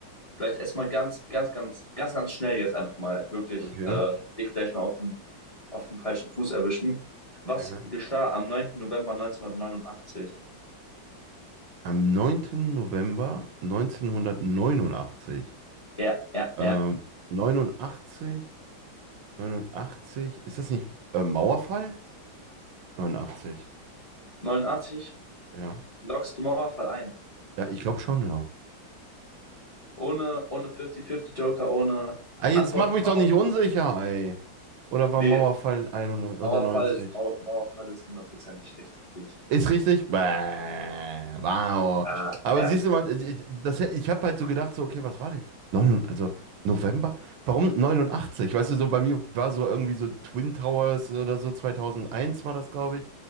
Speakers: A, on the left (about 25°); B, on the right (about 80°).
A: Vielleicht erstmal ganz, ganz, ganz, ganz, ganz schnell jetzt einfach mal wirklich
B: okay.
A: äh, dich vielleicht mal auf den, auf den falschen Fuß erwischen. Was
B: Mhm.
A: geschah am neunten November neunzehnhundertneunundachtzig?
B: Am neunten November neunzehnhundertneunundachtzig
A: Ja, ja,
B: ähm,
A: ja.
B: 89 89, ist das nicht äh, Mauerfall? 89,
A: 89.
B: ja.
A: lockst du Mauerfall ein.
B: Ja, ich glaube schon, ja.
A: Ohne, ohne 50-50 Joker, ohne
B: Ah, jetzt
A: Antwort
B: mach mich
A: überhaupt.
B: doch nicht unsicher, ey. Oder war
A: Nee,
B: Mauerfall 91
A: Mauerfall
B: oder 90?
A: ist, Mau- Mauerfall ist hundertprozentig richtig.
B: Ist richtig? Bäh, wow.
A: Ah,
B: Aber
A: ja,
B: siehst du mal, ich, das, ich habe halt so gedacht, so, okay, was war denn? Neun, also November? Warum neunundachtzig Weißt du, so bei mir war so irgendwie so Twin Towers oder so, zweitausendeins war das, glaube ich.